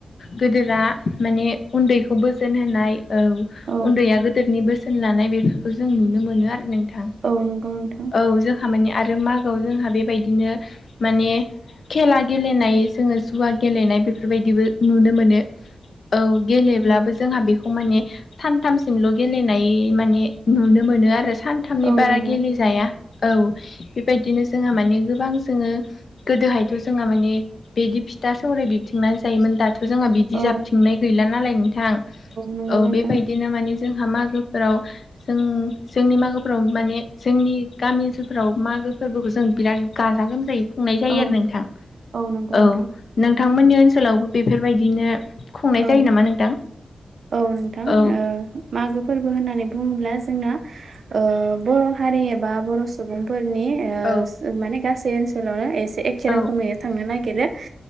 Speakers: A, on the left; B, on the right.
A: गोदोरा माने उन्दैखौ बोसोन होनाय औ
B: औ
A: उन्दैया गोदोरनि बोसोन लानाय बेफोरखौ जों नुनो मोनो आरो नों थां‌
B: औ नंगौ नोंथां
A: औ जोंहा माने आरो मागोआव जोंहा बेबायदिनो माने खेला गेलेनाय जोङो जुवा गेलेनाय बेफोरबायदिबो नुनो मोनो औ गेलेब्लाबो जोंहा बेखौ माने सानथामसिमल' गेलेनाय माने नुनो मोनो आरो सान थामनि
B: औ
A: बारा
B: नंगौ
A: गेलेेजाया औ बेबायदिनो जोंहा माने गोबां जोङो गोदोहायथ' जोंहा माने बिदि फिथा सौराय बिबथिंनानै जायोमोन दा जोंहा बिदि
B: औ
A: जाबथिंनाय गैला नालाय नोंथां
B: नंगौ
A: औ
B: नोंथां
A: बेबायदिनो मानि जोंहा मागोफोराव जों जोंनि मागोफोराव माने जोंनि गामि ओनसोलफ्राव मागो फोरबोखौ जों बिराद गाजा गोमजायै खुंनाय जायो
B: औ
A: आरो नोंथां
B: नंगौ नोंथां
A: औ नोंथांमोननि ओनसोलावबो बेफोरबायदिनो खुंनाय
B: औ
A: जायो नामा नोंथां?
B: औ नोंथां
A: औ
B: ओ मागो फोरबो होननानै बुङोब्ला जोंना ओ बर' हारि एबा बर' सुबुंफोरनि ओ
A: औ
B: माने गासै ओनसोलावनो एसे ए खे
A: औ
B: रोखोमै थांनो नागिरो